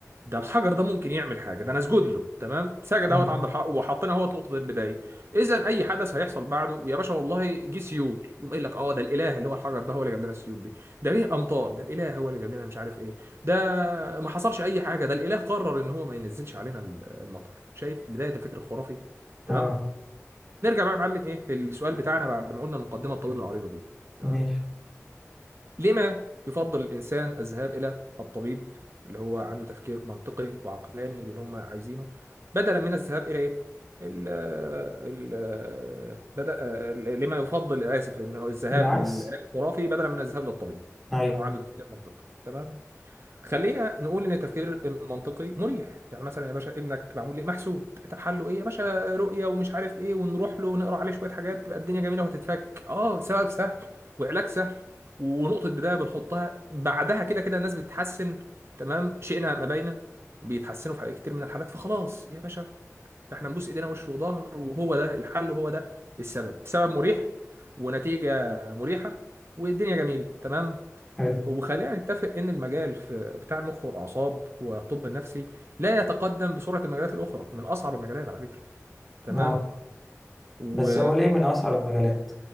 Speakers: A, on the right (about 50°); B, in the centre.
A: ده الحجر ده ممكن يعمل حاجه ده انا اسجد له تمام سجد
B: مم.
A: اهوت عند الحق وحطينا اهوت نقطه البدايه اذا اي حدث هيحصل بعده ويا باشا والله جه سيول يقوم قايل لك اه ده الاله اللي هو الحجر ده هو اللي جاب لنا السيول دي ده جه امطار ده الاله هو اللي جاب لنا مش عارف ايه ده ما حصلش اي حاجه ده الاله قرر ان هو ما ينزلش علينا المطر شايف بدايه الفكر الخرافي تمام
B: اه
A: نرجع بقى يا معلم ايه للسؤال بتاعنا بعد ما قلنا المقدمه الطويله العريضه دي تمام
B: ماشي
A: لما يفضل الإنسان الذهاب إلى الطبيب اللي هو عنده تفكير منطقي وعقلاني للي هم عايزينه بدلا من الذهاب إلى إيه؟ ال ال بدأ لما يفضل آسف إنه الذهاب
B: العكس
A: للعلاج الخرافي بدلا من الذهاب للطبيب
B: ايوه
A: اللي هو عنده تفكير منطقي تمام خلينا نقول ان التفكير المنطقي مريح يعني مثلا يا باشا ابنك معمول ليه محسود طب حله ايه يا باشا رؤيه ومش عارف ايه ونروح له نقرا عليه شويه حاجات تبقى الدنيا جميله وهتتفك اه سبب سهل وعلاج سهل ونقطه بدايه بنحطها بعدها كده كده الناس بتتحسن تمام شئنا ما بينا بيتحسنوا في حاجات كتير من الحالات فخلاص يا باشا ده احنا نبوس ايدينا وش وظهر وهو ده الحل وهو ده السبب سبب مريح ونتيجه مريحه والدنيا جميله تمام
B: حلو
A: وخلينا نتفق ان المجال في بتاع المخ والاعصاب والطب النفسي لا يتقدم بسرعه المجالات الاخرى من اصعب المجالات على فكره تمام
B: اه
A: و
B: بس هو ليه من اصعب المجالات